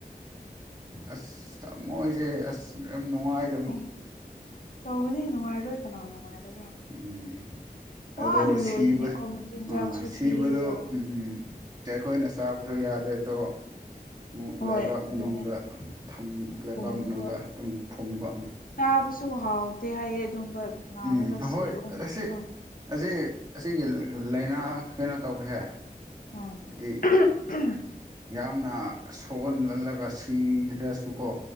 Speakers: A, on the right; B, on the left.
A: ꯑꯁ ꯊꯝꯃꯣꯏꯖꯦ ꯑꯁ ꯌꯥꯝ ꯅꯨꯡꯉꯥꯏ
B: ꯎꯝ ꯇꯧꯒꯅꯤ ꯅꯨꯡꯉꯥꯏꯔꯣꯏ ꯀꯅꯥ ꯅꯨꯡꯉꯥꯏꯒꯗ꯭ꯔꯥ
A: ꯎꯝ
B: ꯋꯥꯅ
A: ꯑꯗꯣ
B: ꯂꯣꯏꯔꯤꯅꯦꯀꯣ
A: ꯁꯤꯕ
B: ꯃꯆꯤꯟꯖꯥꯛꯁꯨ
A: ꯑꯥ ꯁꯤꯕꯗꯣ
B: ꯄꯤꯔꯒ
A: ꯎꯝ ꯑꯩꯈꯣꯏꯅ ꯆꯥꯕꯁꯨ ꯌꯥꯗꯦ ꯑꯗꯣ ꯑꯃꯨꯛ
B: ꯍꯣꯏ
A: ꯂꯩꯕꯥꯛ
B: ꯑꯗꯨꯅꯦ
A: ꯃꯅꯨꯡꯗ ꯊꯝ ꯂꯩꯕꯥꯛ
B: ꯄꯨꯝꯕ
A: ꯃꯅꯨꯡꯗ ꯑꯗꯨꯝ ꯐꯨꯝꯕ
B: ꯆꯥꯕꯁꯨ ꯍꯥꯎꯇꯦ ꯍꯥꯏꯌꯦ ꯑꯗꯨꯝꯕ ꯅꯥꯔꯒ
A: ꯎꯝ ꯑꯍꯣꯏ
B: ꯁꯤꯕꯒꯨꯝꯕꯁꯦꯀꯣ
A: ꯑꯁꯤ ꯑꯁꯤ ꯑꯁꯤꯒꯤ <unintelligible> ꯂꯥꯏꯅꯥ ꯀꯩꯅꯣ ꯇꯧꯕꯁꯦ
B: ꯎꯝ
A: ꯍꯥꯏꯗꯤ
B: <unintelligible>
A: ꯌꯥꯝꯅ ꯁꯣꯛꯍꯜꯍꯜꯂꯒ ꯁꯤꯗ꯭ꯔꯁꯨꯀꯣ